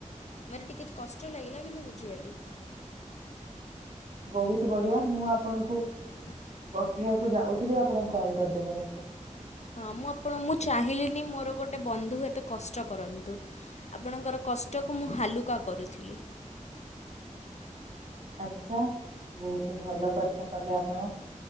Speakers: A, on the left; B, on the right.
A: ତୁମର ଟିକେ କଷ୍ଟ ଲାଗିଲା କିନ୍ତୁ ବୁଝିଗଲି
B: ବହୁତ ବଢିଆ ମୁଁ ଆପଣଙ୍କୁ
A: <inaudible>
B: ପଠେଇଆକୁ ଯାଉଥିଲି ଆପଣଙ୍କୁ କଲ୍ କରିଦେଲେ ମତେ
A: ହଁ ମୁଁ ଆପଣ ମୁଁ ଚାହିଁଲିିନି ମୋର ଗୋଟେ ବନ୍ଧୁ ଏତେ କଷ୍ଟ କରନ୍ତୁ ଆପଣଙ୍କର କଷ୍ଟକୁ ମୁଁ ହାଲୁକା କରୁଥିଲି
B: ଆଛା ବହୁତ ଭଲ କଥା କଲେ ଆପଣ